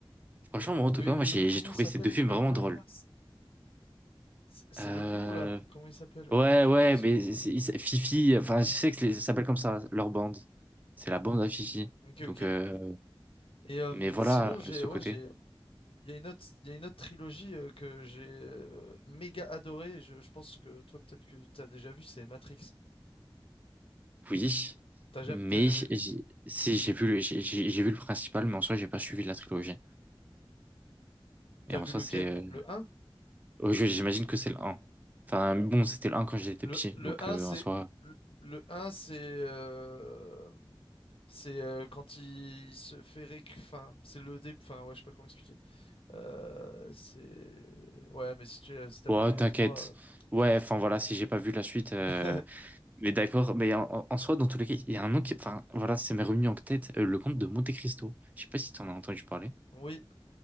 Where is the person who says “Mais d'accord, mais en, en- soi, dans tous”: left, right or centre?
Right